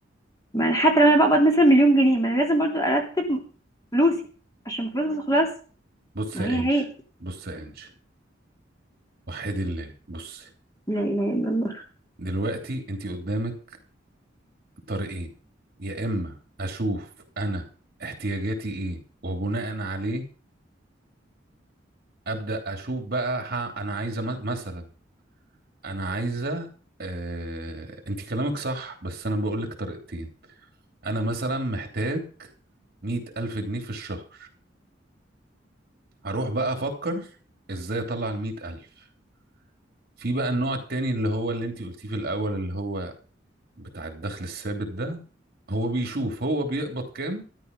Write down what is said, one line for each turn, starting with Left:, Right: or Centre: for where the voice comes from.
Left: ما انا حتى لو انا بقبض مثلا مليون جنيه ما انا لازم برضو ارتب فلوسي عشان الفلوس ما تخلص
Right: بص
Left: ما
Right: يا
Left: هي هي
Right: انش بص يا انش وحدي الله بصي
Left: لا اله الا الله
Right: دلوقتي انتي قدامك طريقين يا اما اشوف انا احتياجاتي ايه وبناء عليه ابدأ اشوف بقى ح- انا عايزة م- مثلا انا عايزه آه... انت كلامك صح بس انا بقول لك طريقتين انا مثلا محتاج مية الف جنيه في الشهر هروح بقى افكر ازاي اطلع المية الف في بقى النوع التاني اللي هو اللي انت قلتيه في الاول اللي هو بتاع الدخل الثابت ده هو بيشوف هو بيقبض كام